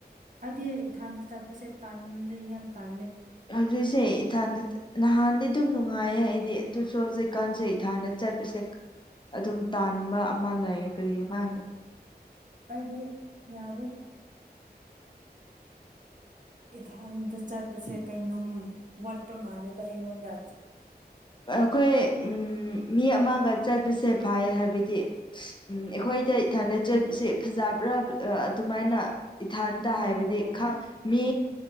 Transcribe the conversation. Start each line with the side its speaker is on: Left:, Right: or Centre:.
Right: ꯑꯩꯗꯤ ꯏꯊꯥꯟꯁ ꯆꯠꯄꯁꯦ ꯇꯜꯂꯦ ꯌꯥꯝ ꯇꯥꯜꯂꯦ
Left: ꯍꯧꯖꯤꯛꯁꯦ ꯏꯊꯗ ꯅꯍꯥꯟꯗꯤ ꯛꯅꯨꯡ ꯅꯨꯡꯉꯥꯏꯌꯦ ꯑꯩꯗꯤ ꯑꯗꯨꯁꯨ ꯍꯧꯖꯤꯛꯀꯥꯟꯁꯦ ꯏꯊꯥꯅ ꯆꯠꯄꯤꯁꯦ ꯑꯗꯨꯝ ꯇꯥꯟꯕ ꯑꯃ ꯂꯌꯦ ꯀꯔꯤ ꯐ
Right: ꯑꯩꯗꯤ ꯌꯥꯗꯦ ꯏꯊꯥꯟꯗ ꯆꯠꯄꯁꯦ ꯀꯩꯅꯣꯝ ꯋꯥꯠꯄ ꯃꯥꯜꯂꯦꯕ ꯑꯩꯉꯣꯟꯗ
Left: ꯑꯩꯈꯣꯏ ꯃꯤ ꯑꯃꯒ ꯆꯠꯄꯁꯦ ꯐꯩ ꯍꯥꯏꯕꯗꯤ ꯑꯩꯈꯣꯏ ꯑꯩꯗ ꯊꯥꯅꯠꯆꯕꯁꯦ ꯐꯖꯕ꯭ꯔꯥ ꯑꯗꯨꯃꯥꯏꯅ ꯏꯊꯟꯇ
Right: ꯍꯣꯏ
Left: ꯍꯥꯏꯕꯗꯤ
Right: ꯍꯣꯏ
Left: ꯃꯤ